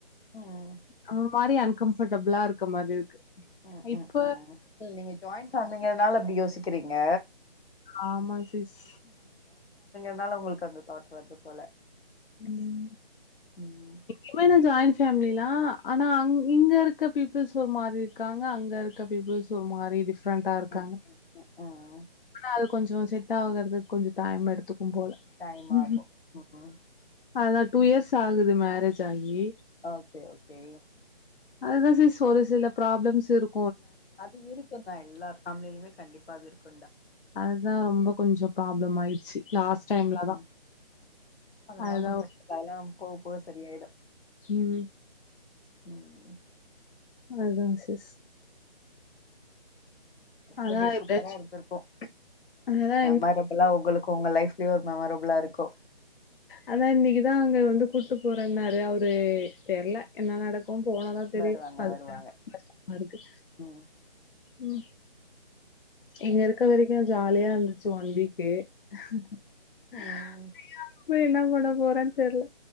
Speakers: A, on the left; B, on the left.
A: ம்
B: ஆஹ மாரி அன்ஃகம்பர்டபிளா இருக்க மாரி இருக்கு
A: உம்
B: இப்ப
A: உம் உம் நீங்க ஜாயங்ஃபேமலிங்கரனால அப்டி யோசிக்கிறீங்க
B: ஆமா சிஸ்
A: அதனால உங்களுக்கு அந்த தாட் வருது போல
B: உம்
A: ம்
B: எமன ஜாயன் ஃபேமிலிலாம் ஆனா அங் இங்க இருக்க பீப்புள்ஸ் ஒரு மாரி இருக்காங்க அங்கே இருக்க பீப்புள்ஸ் ஒரு மாரி சிஸ் ஃப்ரெண்டண்டா இருக்காங்க
A: ம் ம் ம்
B: அது கொஞ்சம் செட் ஆகுறதுக்கு கொஞ்சம் டைம் எடுத்துக்கு க்கும் போல
A: டைம்
B: ம்
A: ஆகு ம்
B: அதன டூ இயர்ஸ் ஆகுது மேரேஜ் ஆகி
A: ஓகே ஓகே
B: அதான் சிஸ் ஒரு சில ப்ராப்ளம்ஸ் இருக்
A: அது இருக்கும் தான் எல்லா ஃபேமிலுமே கண்டிப்பா அது இருக்கு
B: அதுதான் ரொம்ப கொஞ்சம் ப்ராப்ளம் ஆயிது லாஸ்ட் டைம்ல
A: ம்
B: தான்
A: ம் அதெல்லா
B: அ
A: ஒன்னு பிரச்சன இல்ல அதெல்லா போக போக சரியாயிடு
B: உம்
A: ம்
B: அதாங் சிஸ்
A: கபடி
B: அதா
A: சூப்பரா
B: எப்பயாச்சு
A: இருந்திருக்கும்
B: அதா
A: மெரபுளா உங்களுக்கு உங்க லைஃப் அப்டி ஒரு மெமரபிள்லா இருக்கும்
B: அதான் இன்னைக்குதான் அங்க வந்து கூட்டு போறேன்னாரு அவரு தெர்ல என்ன நடக் அ போனாதா தெரியும்
A: வருவாங்க
B: <unintelligible>
A: வருவாங்க
B: கஷ்டமா இருக்கு
A: ம்
B: உம் இங்க இருக்க வரைக்கும் ஜாலியா இருந்துச்சு ஒன் வீக் கே <inaudible>
A: ம்
B: போய் என்ன பன்ன போறேன் தெர்ல